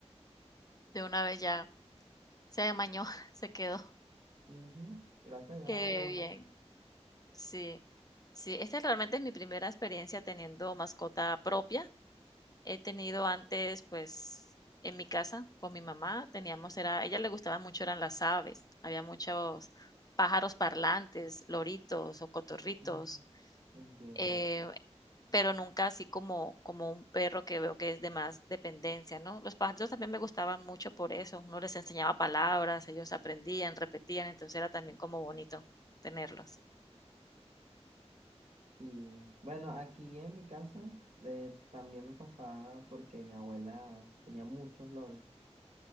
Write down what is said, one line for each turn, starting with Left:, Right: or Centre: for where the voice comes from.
Left: De una vez ya Se amañó, <laughs> se quedó.
Right: Ujú, Gracias a Dios
Left: Qué
Right: agarra buenas.
Left: bien. Sí, sí, esta realmente es mi primera experiencia teniendo mascota propia. He tenido antes, pues, en mi casa con mi mamá, teníamos, era, a ella le gustaban mucho, eran las aves. Había muchos pájaros parlantes, loritos o cotorritos.
Right: Mm, Entiendo.
Left: eh, pero nunca así como, como un perro que veo que es de más dependencia, ¿no? Los pajaritos también me gustaban mucho por eso, uno les enseñaba palabras, ellos aprendían, repetían, entonces era también como bonito tenerlos.
Right: Sí, bueno, aquí en mi casa eh, también me pasaba porque mi abuela tenía muchos loros